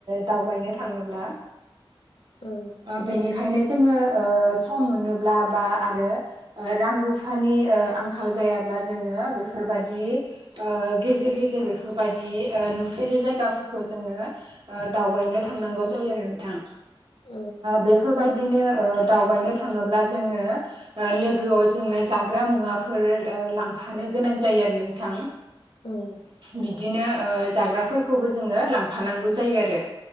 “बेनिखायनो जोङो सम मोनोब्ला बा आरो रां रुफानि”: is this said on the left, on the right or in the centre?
Right